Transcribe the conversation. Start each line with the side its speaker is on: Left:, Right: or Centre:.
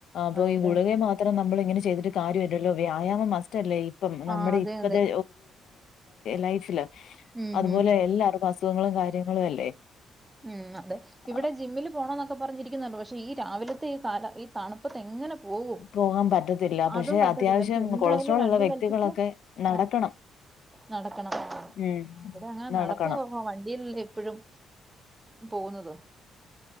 Left: അപ്പോ
Right: അതേല്ലേ.
Left: ഈ ഗുളികി മാ ഇത്രം നമ്മൾ ഇങ്ങനെ ചെയ്തിട്ട് കാര്യലല്ലോ വ്യായാമം മസ്റ്റ് അല്ലേ ഇപ്പം
Right: ആ
Left: നമ്മുടെ
Right: അതെ,
Left: ഇപ്പത്തെ
Right: അതെ.
Left: ലൈഫില്
Right: ഉം,
Left: അതുപോലെ
Right: ഉം.
Left: എല്ലാർക്കും അസുഖങ്ങളും കാര്യങ്ങളും അല്ലേ?
Right: ഉം അതെ ഇവിടെ
Left: ആഹ്
Right: ജിമ്മിൽ പോകണം എന്നൊക്കെ പറഞ്ഞിരിക്കുന്നുണ്ട് പക്ഷെ ഈ രാവിലത്തെ ഈ കാല ഈ തണുപ്പത്ത് എങ്ങനെ പോകും?
Left: പോകാൻ പറ്റത്തില്ല പക്ഷെ
Right: അതും പറ്റത്തില്ല.
Left: അത്യാവശ്യം
Right: പക്ഷെ എന്തായാലും
Left: കൊളസ്ട്രോൾ
Right: രണ്ടും
Left: ഉള്ള വ്യക്തികളൊക്കെ.
Right: കൽപ്പിച്ച്
Left: നടക്കണം.
Right: ആ നടക്കണം
Left: ഉം
Right: ഇവിടെ അങ്ങനെ
Left: നടക്കണം.
Right: നടപ്പ് കൊറവാ വണ്ടിലല്ലേ എപ്പോഴും. പോകുന്നത്